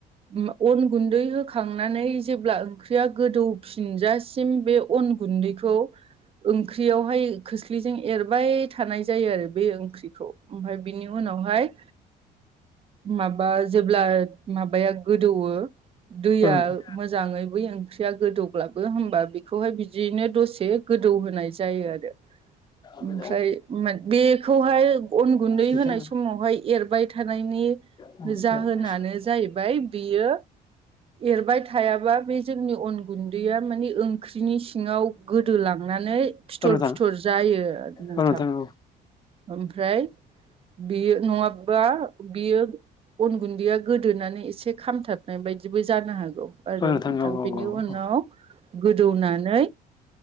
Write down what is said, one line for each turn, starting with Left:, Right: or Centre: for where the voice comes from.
Right: उम अन गुन्दै होखांनानै जेब्ला ओंख्रिया गोदौफिनजासिम बे अन गुन्दैखौ ओंख्रियावहाय खोस्लिजों एरबाय थानाय जायो आरो बे ओंख्रिखौ ओमफाय बिनि उनावहाय माबा जेब्ला माबाया गोदौवो दैया
Left: औ नोंथां
Right: मोजाङै बै ओं ख्रिया गोदौब्लाबो होमबा बेखौहाय बिदियैनो दसे गोदौ होनाय जायो आरो।
Left: उम
Right: ओमफ्राय बेखौहाय अन गुन्दै
Left: नोंथां
Right: होनाय समावहाय एरबाय थानायनि
Left: औ
Right: जाहोनानो जाहैबाय बियो एरबाय थायाबा बे जे जोंनि अन गुन्दैया माने ओं ख्रिनि सिङाव गोदोलांनानै फिथर
Left: नोंथां
Right: फिथर जायो आरो नोंथां।
Left: औ औ
Right: ओमफ्राय बियो नङाबा बियो अन गुन्दैया गोदोनानै एसे खामथाब नाय बायदिबो जानो हागौ आरो
Left: औ
Right: नोंथां
Left: औ औ
Right: बेनि
Left: औ
Right: उनाव
Left: औ
Right: गोदौनानै